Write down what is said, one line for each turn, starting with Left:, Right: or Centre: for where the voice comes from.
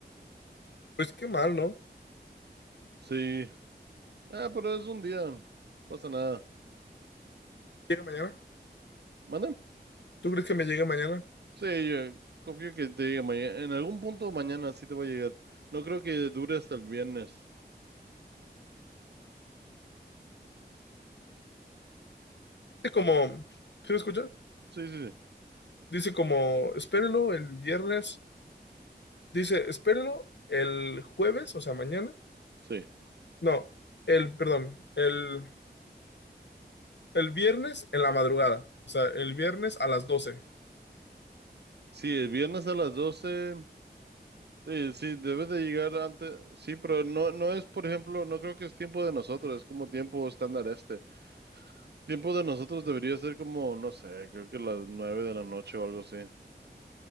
Left: Pues qué mal, ¿no?
Right: Sí. Ah, pero es un día. No pasa nada.
Left: Llega mañana.
Right: ¿Mande?
Left: ¿Tú crees que me llegue mañana?
Right: Sí, eh, confío que te llegue mañana. En algún punto mañana sí te va a llegar. No creo que dure hasta el viernes.
Left: Dice como, ¿sí me escucha?
Right: Sí, sí, sí.
Left: Dice como, espérelo el viernes. Dice, espérelo el jueves, o sea, mañana.
Right: Sí,
Left: No, el, perdón, el, el viernes en la madrugada. O sea, el viernes a las 12.
Right: Sí, el viernes a las 12, Sí, sí, debe de llegar antes. Sí, pero no, no es, por ejemplo, no creo que es tiempo de nosotros, es como tiempo estándar este. Tiempo de nosotros debería ser como, no sé, creo que las 9 de la noche o algo así.